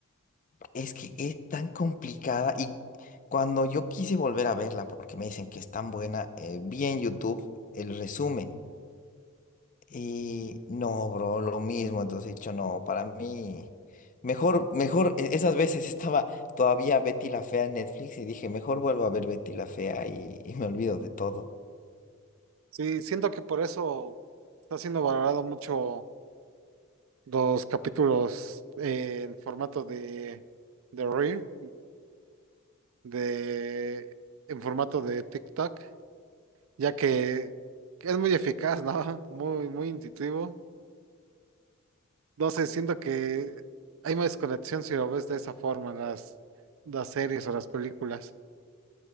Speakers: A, on the left; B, on the right.
A: Es que es tan complicada y cuando yo quise volver a verla, porque me dicen que es tan buena, eh, vi en YouTube el resumen. Y no, bro, lo mismo. Entonces he dicho, no, para mí, mejor, mejor, e- esas veces estaba todavía Betty la Fea en Netflix y dije, mejor vuelvo a ver Betty la Fea y, y me olvido de todo.
B: Sí, siento que por eso está siendo valorado mucho los capítulos eh, en formato de, de Reel, de en formato de TikTok, ya que es muy eficaz, ¿no? <laughs> Muy, muy intuitivo. No sé, siento que hay más conexión si lo ves de esa forma, las, las series o las películas.